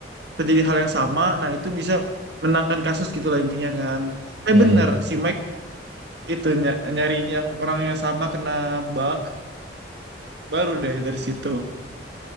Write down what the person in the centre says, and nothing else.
Iya
iya. iya.